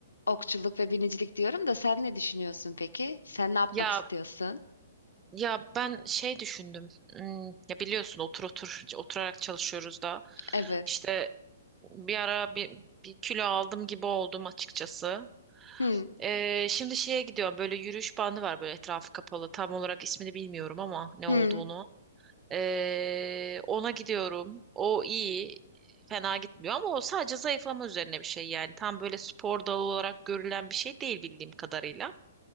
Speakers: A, on the left; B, on the right.
A: okçuluk ve binicilik diyorum da sen ne düşünüyorsun peki? Sen ne yapmak
B: Ya
A: istiyorsun?
B: ya ben şey düşündüm. Hmm, ya biliyorsun otur otur oturarak çalışıyoruz da.
A: Evet.
B: İşte bir ara bir, bir kilo aldım gibi oldum açıkçası.
A: Hı.
B: Ee, şimdi şeye gidiyorum böyle yürüyüş bandı var böyle etrafı kapalı tam olarak ismini bilmiyorum ama ne
A: Hı.
B: olduğunu. Ee, ona gidiyorum o iyi fena gitmiyor ama o sadece zayıflama üzerine bir şey yani tam böyle spor dalı olarak görülen bir şey değil bildiğim kadarıyla.